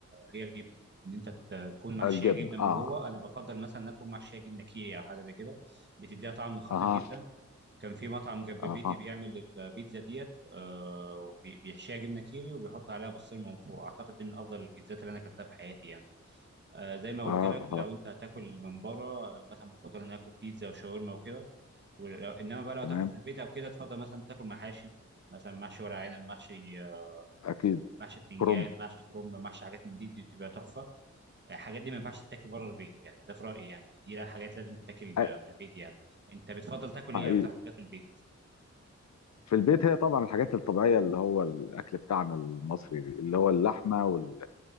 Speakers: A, on the right; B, on the left.
A: هي الجبنة ان انت تكون محشية
B: الجبنه
A: جبنة
B: اه
A: من جوه انا بفضل مثلا اكون محشية جبنة كيري او حاجة زي كده بتديها طعم خطير
B: اها
A: جدا كان في مطعم جنب بيتي
B: اها
A: بيعمل البيتزا ديت آه بي- بيحشيها جبنة كيري وبيحط عليها بسطرمة من فوق اعتقد دي من افضل البيتزات اللي انا اكلتها في حياتي يعني آه زي ما
B: اها
A: قلت لك لو انت هتاكل من بره انا مثلا بفضل ان أنا اكل بيتزا وشاورما وكده ولو انما بقى لو
B: تمام
A: تاكل في البيت او كده تفضل مثلا تاكل محاشي مثلا محشي ورق عنب محشي آه،
B: اكيد
A: محشي بتنجان
B: كرنب
A: محشي كرنب محشي حاجات من دي, دي بتبقى تحفه الحاجات دي ما ينفعش تتاكل بره البيت يعني ده في رايي يعني دي حاجات لازم تتاكل
B: آه.
A: آه، في البيت يعني انت بتفضل تاكل
B: حقيقي
A: ايه اكتر حاجه في البيت
B: في البيت هي طبعا الحاجات الطبيعية اللي هو الأكل بتاعنا المصري اللي هو اللحمة وال...